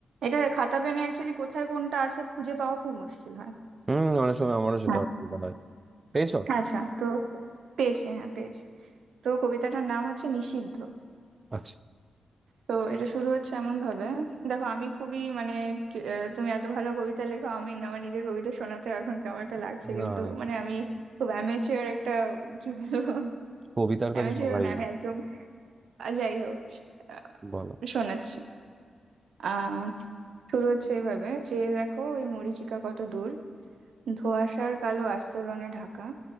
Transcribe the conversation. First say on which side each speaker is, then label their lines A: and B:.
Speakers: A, on the right (about 85°); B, on the right (about 30°).
A: এটা খাতা পেনে অ্যাকচুয়ালি কোথায় কোনটা আছে খুঁজে পাওয়া খুব মুশকিল হয়
B: হুম অনেক সময় আমারও সেটা
A: হ্যাঁ
B: অসুবিধা হয় পেয়েছো
A: আচ্ছা তো পেয়েছি হ্যাঁ পেয়েছি তো কবিতাটার নাম হচ্ছে নিষিদ্ধ
B: আচ্ছা
A: তো এটা শুরু হচ্ছে এমন ভাবে দেখো আমি খুবই মানে কি- আহ, তুমি এত ভালো কবিতা লেখো আমি না- আমার নিজের কবিতা শোনাতে এখন কেমন একটা লাগছে
B: না
A: কিন্তু মানে আমি খুব অ্যামেচিওর একটা কি বলবো <laughs>
B: কবিতার
A: অ্যামেচিওর
B: কাছে সবাই
A: না আমি একদম আহ, যাই হোক
B: বলো
A: আহ, শোনাচ্ছি আহ শুরু হচ্ছে এভাবে চেয়ে দেখো ওই মরীচিকা কত দূর ধোঁয়াশার কালো আস্তরণে ঢাকা